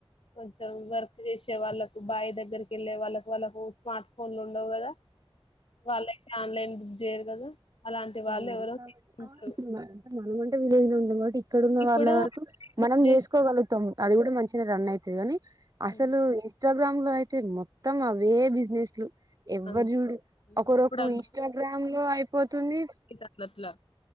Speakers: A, on the left; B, on the right.
A: కొంచెం వర్క్ చేసి వచ్చే వాళ్లకు బాయి దగ్గరకి వెళ్ళే వాళ్ళకి వాళ్ళకు స్మార్ట్ ఫోన్లు ఉండవు కదా వాళ్ళకి ఆన్లైన్ జేయారు కదా అలాంటి వాళ్ళు
B: ఉమ్.
A: ఎవరో తీసుకుంటారు
B: ఉమ్, ఉమ్ ఉ మటి <unintelligible> ఇక్కడున్న
A: ఇప్పుడు
B: వాళ్ళ వరకు
A: బుక్
B: మనం
A: చేసిన
B: చేసుకోగలుగుతాం అది కూడా మంచిగా రన్ అవుతుది కాని అసలు
A: ఉమ్,
B: ఇన్స్టాగ్రామ్ లో అయితే మొత్తం అవే బిజినెస్లు ఎవరు
A: అన్-
B: చూడు
A: ఉమ్,
B: ఒకరోకు
A: ఇప్పుడు
B: ఇన్స్టాగ్రామ్ లో అయిపోతుంది
A: <unintelligible> చాలల